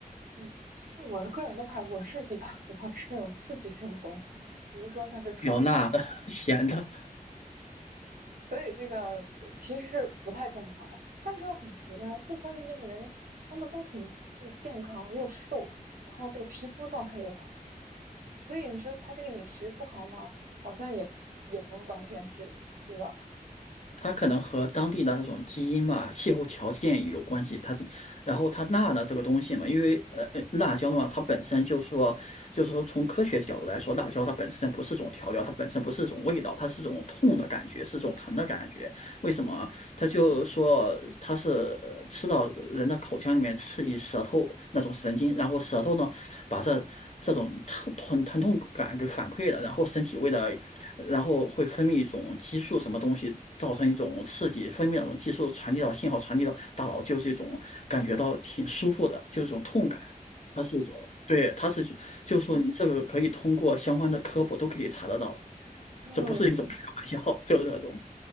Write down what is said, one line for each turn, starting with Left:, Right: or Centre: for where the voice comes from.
Right: 嗯，那我个人的话，我是比较喜欢吃那种刺激性的东西，比如说像是川菜。
Left: 比较辣的、<laughs> 咸的，
Right: 所以这个其实是不太健康的。但是又很奇怪，四川那边的人他们都挺这个健康又瘦，然后这个皮肤状态又好，所以你说他这个饮食不好吗？好像也也不完全是，对吧？
Left: 它可能和当地的那种基因嘛、气候条件也有关系。它是，然后它辣的这个东西嘛，因为呃呃辣椒嘛，它本身就说，就是说从科学角度来说，辣椒它本身不是种调料，它本身不是种味道，它是种痛的感觉，是种疼的感觉。为什么？
Right: 嗯
Left: 它就说它是呃吃到人的口腔里面刺激舌头那种神经，然后舌头呢把这这种疼疼疼痛感给反馈了，然后身体为了。然后会分泌一种激素，什么东西造成一种刺激，分泌那种激素传递到信号，传递到大脑，就是一种感觉到挺舒服的，就是一种痛感。它是一种，对，它是，就是说你这个可以通过相关的科普都可以查得到，
Right: 嗯，
Left: 这不是一种开玩笑，<laughs> 就是那种。